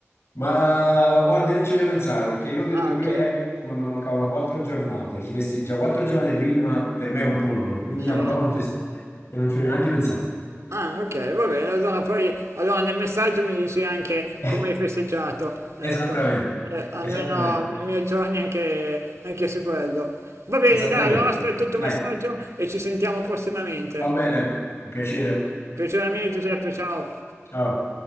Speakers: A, on the left (about 60°); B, on the right (about 75°).
A: Ma guarda, io non ci voglio pensare perché io l'ho detto
B: Ah
A: pure
B: ok,
A: ai miei amici quando mancavano quattro giornate. Chi festeggia quattro giornate prima per me è un pollo, quindi io
B: Eh,
A: ancora non festeggio e non ci voglio neanche pensare.
B: Ah, ok, va bene. Allora poi allora nel messaggio mi dici anche
A: <laughs>
B: come hai festeggiato, ecco.
A: Esattamente,
B: Eh, almeno
A: esattamente,
B: i miei giorni anche, anche su quello. Va bene,
A: esattamente.
B: dai, allora aspetto il tuo
A: Dai,
B: messaggio e ci sentiamo prossimamente.
A: va bene, un piacere.
B: Piacere mio, Giuseppe, ciao.
A: Ciao.